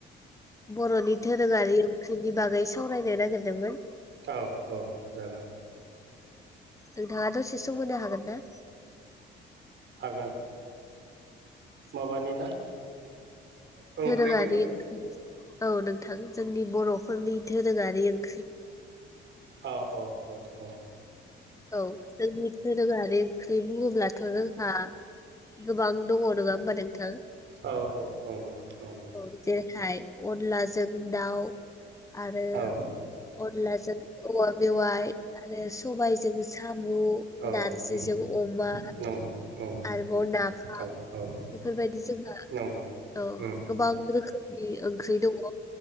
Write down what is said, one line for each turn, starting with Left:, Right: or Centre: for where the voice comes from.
Left: बर'नि धोरोङारि ओंख्रिनि बागै सावरायनो नागिरदोंमोन
Right: औ औ जागोन
Left: नोंथाङा दसे सम होनो हागोन ना
Right: हागोन माबानि ना ओ ओंख्रिनि
Left: दोरोङारि
Right: बागै
Left: ओं <unintelligible> औ नोंथां जोंनि बर'फोरनि धोरोङारि ओं
Right: औ औ औ औ
Left: औ जोंनि धोरोङारि ओंख्रि बुङोब्लाथ' जोंहा गोबां दङ नङा होमबा नोंथां
Right: औ औ नंगौ नंगौ
Left: <unintelligible> जेरैहाय अनलाजों दाउ आरो
Right: औ
Left: अनलाजों औवा बेवाइ आरो सबायजों सामु
Right: औ
Left: नारजिजों
Right: उम
Left: अमा
Right: नंगौ नंगौ
Left: आरोबाव नाफाम
Right: औ औ
Left: बेफोरबायदि जोंहा
Right: नंगौ
Left: औ
Right: उम
Left: गोबां रोखोमनि ओंख्रि दङ